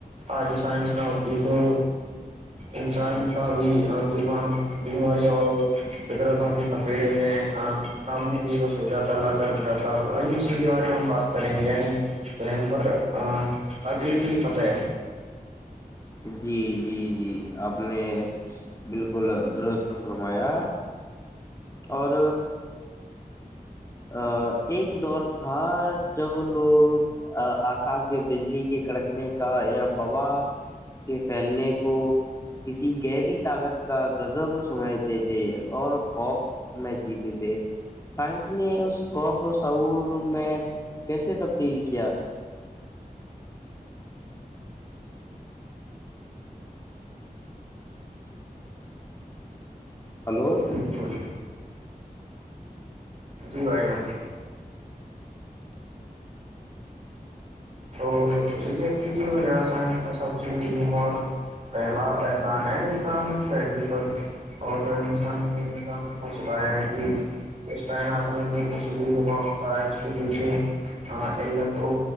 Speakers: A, on the right; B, on the left.
A: آج سائنس نہ ہوتی تو انسان کا بھی ابھیمان بیماریوں اور فدرتوں کی تھپیڑے میں سامنے بھی بس ہو جاتا لاچار ہو جاتا تو آیے اسی کے بارے میں ہم بات کریں گے یعنی ٹائم پر ا اگلے کی فتح
B: جی جی جی اپ نے بالکل درست فرمایا اور ا ایک دور تھا جب لوگ ا آکاش کے بجلی کے کڑکنے کا یا وبا کے پھیلنے کو کسی گہری طاقت کا غزاب سنائی دے دے اور خوف میں جیتے تھے سائنس اس نے اس خوف کو شعور میں کیسے تبدیل کیا ہلو
A: بالکل جی بھائی جان تو یہی ہے کے جو یہ سائنس کا سبجیکٹ یہ اور پہلا احسان ہے انسانی فیدی پر اور انسان نے انسان کو سکھایا ہے کہ اس کائنات میں جو کچھ بھی ہوا ہوتا ہے اس کے پیچھے آ علم ہے تو